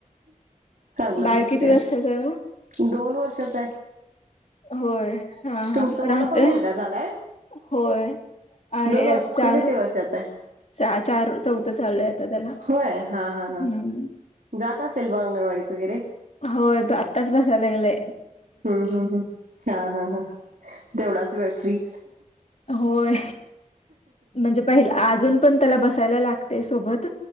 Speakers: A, on the right (about 80°); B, on the left (about 55°).
A: चांगलं
B: बाळ
A: भेटते
B: किती वर्षाच आहे मग?
A: दोन वर्षात आहे
B: होय हा हा
A: तुम तुम्हाला
B: राहतय
A: पण मुलगा झालाय
B: होय आहे
A: दोन वर्ष
B: चार
A: तू किती वर्षाचा आहे.
B: चार चौथं चालू आता त्याला
A: होय हा हा
B: हम्म.
A: हा जात असेल ब अंगणवाडीत वगैरे
B: होय आत्ताच बसायलागलंय
A: हम्म हम्म हम्म हा हा हा तेवढाच वे फ्री
B: होय म्हणजे पहि अजून पण त्याला बसायला लागते सोबत